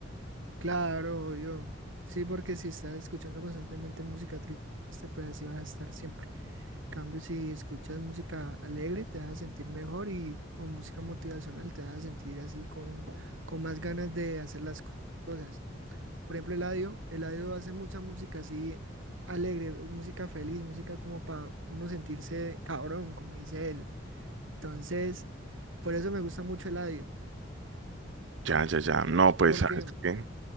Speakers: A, on the right; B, on the right.
A: Claro, yo. Sí, porque si estás escuchando constantemente música triste, pues así vas a estar siempre. En cambio, si escuchas música alegre, te vas a sentir mejor y o música motivacional, te vas a sentir así con, con más ganas de hacer las co- cosas. Por ejemplo, Eladio, Eladio hace mucha música así alegre, música feliz, música como para uno sentirse cabrón, como dice él. Entonces, por eso me gusta mucho Eladio,
B: Ya, ya, ya. No, pues,
A: porque,
B: ¿sabes qué?